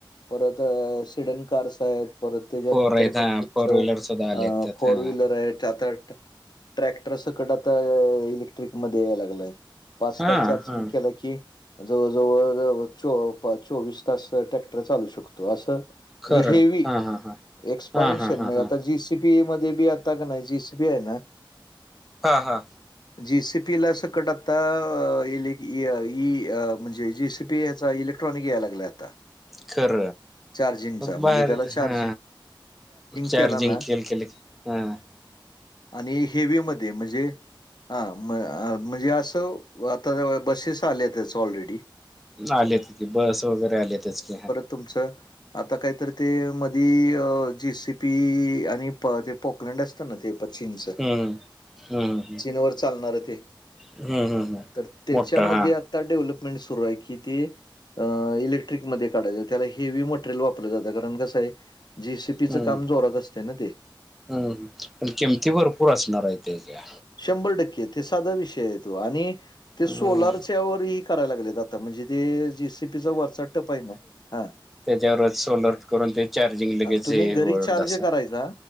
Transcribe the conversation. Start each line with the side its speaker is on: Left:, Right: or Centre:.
Left: परत सिडन कारस आहेत. परत त्याच्यानंतर
Centre: फोर आहेत हां
Left: पण तुमचं
Centre: फोर व्हीलर सुद्धा आले
Left: अ
Centre: आहेत त्यात
Left: फोर
Centre: हां
Left: व्हीलर आहेात. ट्रॅक्टर सकट आता इलेक्ट्रिक मध्ये यायला लागलंय पाच
Centre: हां
Left: तास चार्जिंग
Centre: हां
Left: केलं की, जवळ जवळ च चोवीस तास ट्रॅक्टर चालू शकतो असं
Centre: खरं
Left: ह हे
Centre: हां हां हां
Left: एक्सपान्सण
Centre: हा हा हा
Left: म्हणजे
Centre: हा
Left: आ सीपी मध्ये बी आता का नाही जीसीपी आहे ना
Centre: हा हा
Left: जी सी पी ला सकट आता, ई अ म्हणजे जे सीपी याचा इलेक्ट्रॉनिक यायला लागला आता
Centre: खर
Left: चार्जिंगचा म्हणजे
Centre: बा
Left: त्याला चार्जिंग
Centre: हा चार्जिंग
Left: केला ना
Centre: केले केले हां.
Left: आणि हेवीमध्ये म्हणजे हा म म्हणजे असं आता बसेस आल्या त्याच ऑलरेडी
Centre: आलेत की बस वगैरे आलेतच की,
Left: तुमच आता काहीतरी ते मधी जेसीपी आणि ते पॉकलंड असतं ना ते प्चिन्स
Centre: हम्म हम्म हम्म
Left: चीनवरर चालणार आहे ते
Centre: हम्म हम्म हम्म
Left: तर त्याच्यामध्ये
Centre: मोठं हा
Left: आ आ डेव्हलपमेंट सुरु आहे कि ते इलेक्ट्रिक मध्ये काढय त्याला हे मो वापर जात कारण कसय जीसीपीच
Centre: हम्म
Left: काम जोरात असते ना ते
Centre: हम्म ह प किमती भरपूर असणार आहे ते का
Left: शंभर टक्के ते साधा विषय आहे तो आणि ते
Centre: हम्म
Left: सोलारच्या वही करायला लागले. आता म्हणजे ते जेसीपीचा वरचा टप आहे ना हा
Centre: त्याच्यावर सोलर करून ते चार्जिंग लगेच
Left: तुम्ही
Centre: हे
Left: घरी
Centre: वळल.
Left: चार्ज करायचा